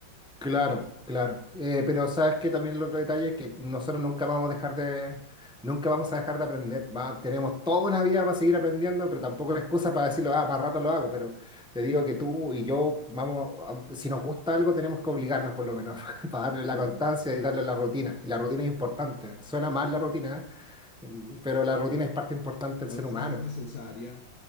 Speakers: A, in the centre; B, on the left.
A: Claro, claro. Eh, pero sabes que también el otro detalle es que nosotros nunca vamos a dejar de, nunca vamos a dejar de aprender. Va- tenemos toda una vida para seguir aprendiendo, pero tampoco es excusa para decirlo, ah, más rato lo hago, pero te digo que tú y yo, vamos, a- si nos gusta algo tenemos que obligarnos por lo menos <laughs> para darle la
B: Sí.
A: constancia y darle la rutina. Y la rutina es importante. Suena mal la rutina, ¿eh? pero la rutina es parte importante del
B: A
A: ser
B: veces
A: humano.
B: es necesaria,